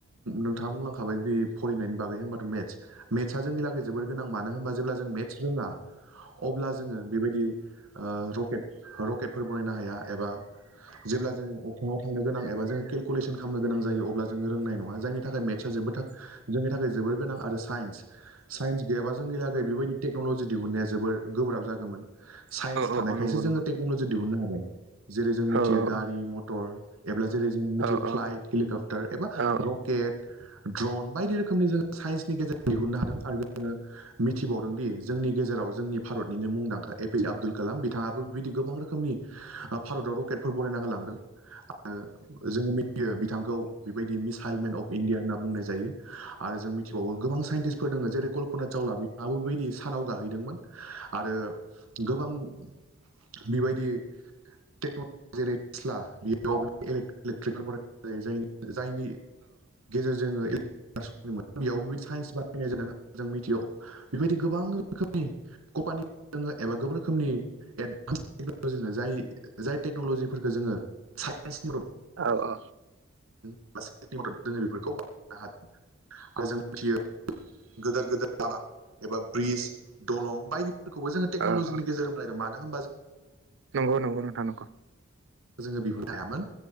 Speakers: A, on the right; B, on the right.
A: नोंथाङा बुंलां माबाय जदि फरायनायनि बागै होनबाथ' मेथ्सेट्सआ जोंनि थाखायग जोबोर गोनां मानो होनबा जेब्ला जों मेथ्स रोङा अब्ला जोङो बेबायदि रकेट रकेटफोर बनायनो हाया एबा जेब्ला जोङो अफ्र्रााव थांनो गोनां एबा जङो केलकुलेसन खालामनो गां जायो अब्ला जोङो रोंनाय नङा जायनि थाखाय <unintelligible> <unintelligible> जोंनि थाखाय जोबोर गोनां आरो साइन्स सन्स <unintelligible> गैयाबा जोंनिलागै बेबायदि टेक्नल'जि दिहुननाय जोबद गोब्राब जागोन। सासथानायखायसो
B: औ नंगौ नंगौ
A: जोङो
B: औ
A: टेकनलजि दिहुननो हाबाय
B: औ औ औ औ
A: मटर ऐब्ला जेरै जों
B: नंगौ
A: मिथियो फ्लाइट
B: औ
A: हेलिकप्टार एबा
B: औ
A: रकेट ड्रन बायदि रोखोमनि जोङो साइन्सनि <unintelligible> गेजेरजों दिहुननो हादों आरो जोङो मिथिबावदों दि जोंनि गेजेराव जोंनि भारतनिनो मुंदांखा ए पि आब्दुल कालाम बिथाङाबो बेबायदि गोबां रोखोमनि भारताव <unintelligible> ककेटफोर बरायना गारालांदों आरो <unintelligible> जोङो मिथियो बिथांखौ बेबायदि मिसाइलमेन अफ इण्डिया होनना बुंनाय जायो आरो जों मिथिबावो गोबां साइन्टिस् दङ जेरै कल्पना चावला बिथाङाबो बेबायदि सानाव गाहैदोंमोन। आरो <inaudible> बेबायदि <unintelligible> बेयावबो <unintelligible> इलेक्ट्रिकेलनाय ज जायनि गेजेरजोंङो मोन <unintelligible> बेयावबो बिदि साइन्स बानायनाय जादों जों मिथियाव बेबायदि गोबां रोखोमनि कपानि दङ एबा गोबां रोखोमनि एडभान्स <unintelligible> टेक्न'लजिनो जाय जाय टेक्न'ल'जिफोरफोरखौ जोङो साइन्सनिद <unintelligible>
B: औ औ
A: जोङो बेफोरखौ <unintelligible> बनो हागोन आरो जों मिथियो गोदोर गोदोर <unintelligible> एबा ब्रिज दलं बायदिफोरखौबो जोङो टेक्न'लजिनि
B: औ औ
A: गेजेरजोंलायदों मानो होनबा जों
B: नंगौ नंगौ नोंथा <unintelligible>
A: जोङो बिह लायामोन